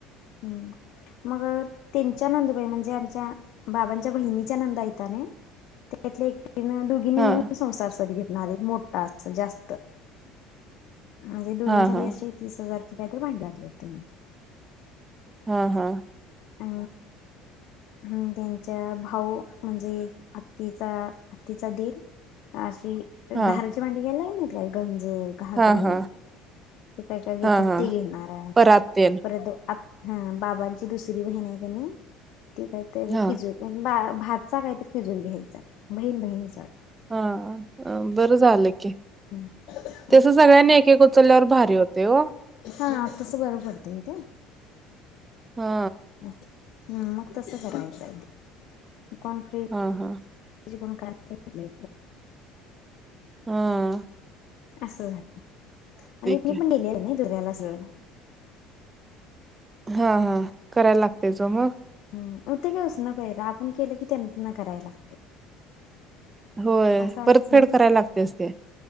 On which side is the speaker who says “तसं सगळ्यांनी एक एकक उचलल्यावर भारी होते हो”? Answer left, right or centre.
Right